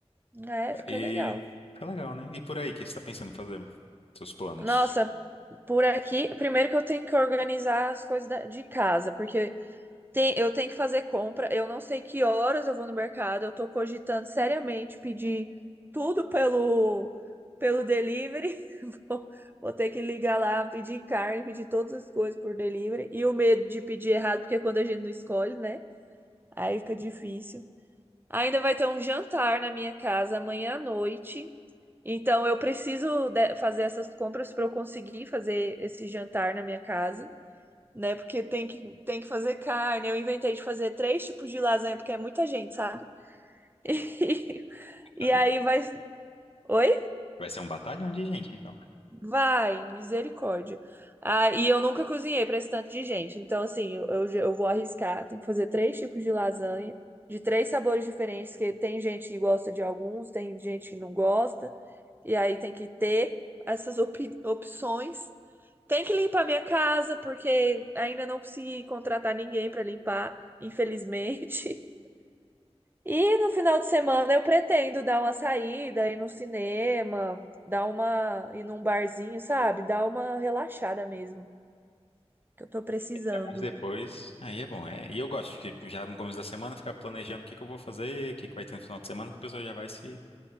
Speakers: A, on the right; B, on the left.
A: É, fica
B: E
A: legal.
B: tá legal, né? E por aí, o que você tá pensando em fazer? Seus planos?
A: Nossa, por aqui, primeiro que eu tenho que organizar as coisas da- de casa, porque tem, eu tenho que fazer compra. Eu não sei que horas eu vou no mercado. Eu tô cogitando seriamente pedir tudo pelo, pelo delivery. <laughs> Vou ter que ligar lá, pedir carne, pedir todas as coisas por delivery. E o medo de pedir errado, porque é quando a gente não escolhe, né? Aí fica difícil. Ainda vai ter um jantar na minha casa amanhã à noite. Então eu preciso de- fazer essas compras para eu conseguir fazer esse jantar na minha casa, né? Porque tem que, tem que fazer carne. Eu inventei de fazer três tipos de lasanha, porque é muita gente, sabe? <laughs> E
B: Olha,
A: aí vai. Oi?
B: Vai ser um batalhão de gente, então.
A: Vai, misericórdia. Ah, e eu nunca cozinhei para esse tanto de gente. Então, assim, eu, eu eu vou arriscar. Tem que fazer três tipos de lasanha, de três sabores diferentes, que tem gente que gosta de alguns, tem gente que não gosta. E aí tem que ter essas opi- opções. Tem que limpar minha casa, porque ainda não consegui contratar ninguém para limpar, infelizmente. E no final de semana eu pretendo dar uma saída, ir no cinema, dar uma, ir num barzinho, sabe? Dar uma relaxada mesmo, que eu tô precisando.
B: É, mas depois, aí é bom. É. E eu gosto, tipo, já no começo da semana, ficar planejando o que que eu vou fazer, o que que vai ter no final de semana, que a pessoa já vai se